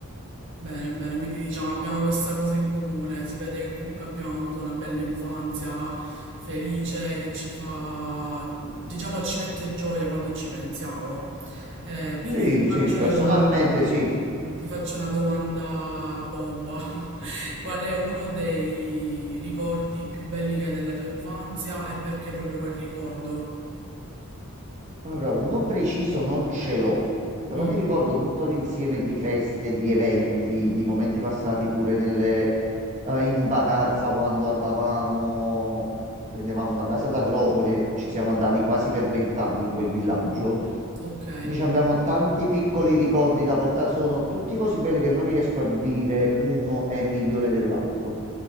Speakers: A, on the right (about 60°); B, on the right (about 35°).
A: Bene, bene, quindi diciamo abbiamo questa cosa in comune, si vede che comunque abbiamo avuto una bella infanzia felice che ci fa, diciamo, ci mette gioia quando ci pensiamo. Eh, quindi
B: Sì,
A: ti faccio
B: sì, personalmente
A: la domanda,
B: sì.
A: ti faccio una domanda bomba. <laughs> Qual è uno dei ricordi più belli che hai della tua infanzia e perché proprio quel ricordo?
B: Allora, uno preciso non ce l'ho, però
A: Mm,
B: mi ricordo tutto l'insieme di feste, di eventi, di momenti passati pure nelle, eh, in vacanza quando andavamo, prendevamo una casa ad Agropoli, e ci siamo andati quasi per vent'anni in quel villaggio.
A: ok.
B: Quindi ci abbiamo tanti piccoli ricordi da portare, sono tutti così belli che non riesco a dire uno è migliore dell'altro.